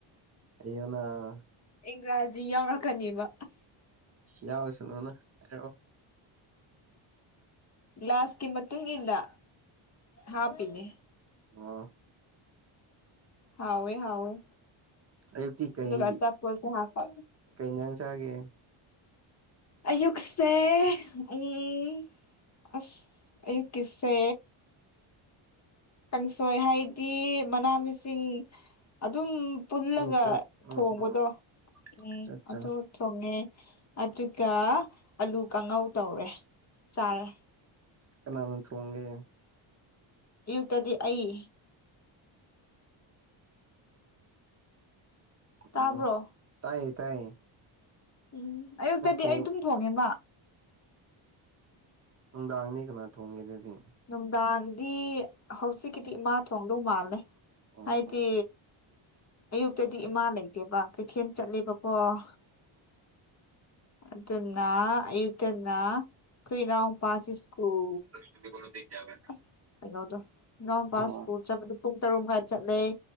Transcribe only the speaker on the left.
ꯏꯪꯒ꯭ꯔꯥꯖꯤ ꯌꯥꯎꯔꯛꯀꯅꯦꯕ꯫
ꯒ꯭ꯂꯥꯁꯀꯤ ꯃꯇꯨꯡ ꯏꯟꯅ ꯍꯥꯞꯄꯤꯅꯦ꯫
ꯍꯥꯎꯋꯦ ꯍꯥꯎꯋꯦ꯫
ꯑꯗꯨꯒꯥ ꯑꯆꯥꯄꯣꯠ ꯁꯦ ꯍꯞꯄꯥ꯫
ꯑꯌꯨꯛꯁꯦ ꯑꯝ, ꯑꯁ ꯑꯩꯌꯨꯛ ꯀꯁꯦ, ꯀꯥꯡꯁꯣꯏ ꯍꯥꯏꯗꯤ ꯃꯅꯥ ꯃꯁꯤꯡ꯫ ꯑꯗꯨꯝ ꯄꯨꯜꯂꯒ
ꯊꯣꯡꯕꯗꯣ
ꯎꯝ
ꯑꯗꯨ, ꯊꯣꯡꯉꯦ ꯑꯗꯨꯒ ꯑꯂꯨ ꯀꯥꯡꯉꯧ ꯇꯧꯔꯦ ꯆꯥꯔꯦ꯫
ꯑꯌꯨꯛꯇꯗꯤ ꯑꯩ꯫ ꯇꯥꯕ꯭ꯔꯣ?
ꯎꯝ ꯑꯌꯨꯛꯇꯗꯤ
ꯑꯩ ꯑꯗꯨꯝ ꯊꯣꯡꯉꯦꯕ꯫
ꯅꯨꯡꯗꯥꯡꯗꯤ ꯍꯧꯖꯤꯛꯀꯤꯗꯤ ꯏꯃꯥ ꯊꯣꯡꯗꯧ ꯃꯥꯜꯂꯦ꯫
ꯍꯥꯏꯗꯤ ꯑꯌꯨꯛꯇꯗꯤ ꯏꯃꯥ ꯂꯩꯇꯦꯕ ꯀꯩꯊꯦꯜ ꯆꯠꯂꯦꯕꯀꯣ ꯑꯣ ꯑꯗꯨꯅ ꯑꯌꯨꯛꯇꯅ ꯑꯩꯈꯣꯏ ꯏꯅꯥꯎꯄꯁꯦ ꯄꯥꯁꯤꯁꯀꯨꯜ
ꯑꯁ ꯀꯩꯅꯣꯗꯣ ꯏꯅꯥꯎꯄꯥ
ꯁꯀꯨꯜ ꯆꯠꯄꯗ ꯄꯨꯡ ꯇꯔꯨꯛ ꯃꯈꯥꯏ ꯆꯠꯂꯦ